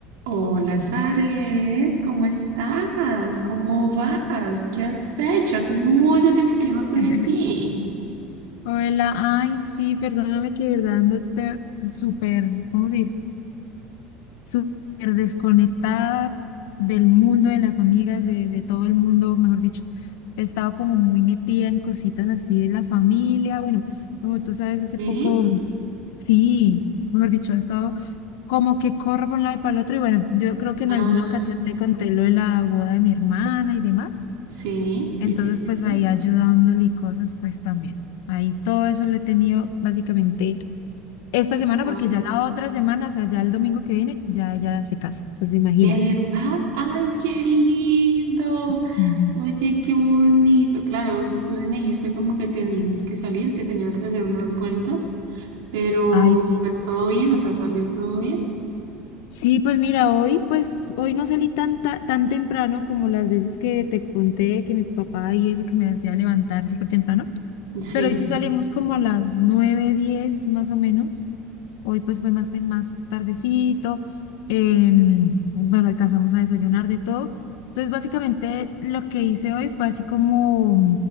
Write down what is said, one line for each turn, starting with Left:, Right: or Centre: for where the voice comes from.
Right: Hola, Zaret, ¿cómo estás? ¿Cómo vas? ¿Qué has hecho? Hace mucho tiempo que yo no sé
Left: <laughs>
Right: de ti.
Left: Hola, ay, sí, perdóname que de verdad ando te- súper, ¿cómo se dice? Súper desconectada del mundo, de las amigas, de, de todo el mundo, mejor dicho. He estado como muy metida en cositas así de la familia. Bueno, como tú sabes, hace
Right: ¿Sí?
Left: poco, sí, mejor dicho, he estado como que corro por un lado y para el otro. Y bueno, yo creo que en
Right: Ah,
Left: alguna ocasión te conté lo de la boda de mi hermana y demás.
Right: sí, sí,
Left: Entonces,
Right: sí, sí,
Left: pues
Right: sí.
Left: ahí ayudándole y cosas, pues también. Ahí todo eso lo he tenido básicamente esta semana,
Right: Ah,
Left: porque ya la otra semana, o sea, ya el domingo que viene, ya ella se casa. Pues imagínate.
Right: ¿de verdad? ¡Ay, qué lindo!
Left: Sí,
Right: Oye, qué bonito. Claro, o sea, tú me dijiste como que tenías que salir, que tenías que hacer unas vueltas, pero,
Left: ay, sí.
Right: pero todo bien, o sea, salió todo bien.
Left: Sí, pues mira, hoy, pues hoy no salí tan, ta- tan temprano como las veces que te conté que mi papá y eso que me hacía levantar súper temprano.
Right: Sí,
Left: Pero hoy sí salimos como a las 9 10 más o menos. Hoy pues fue más, tem- más tardecito. em, bueno, alcanzamos a desayunar de todo. Entonces básicamente lo que hice hoy fue así como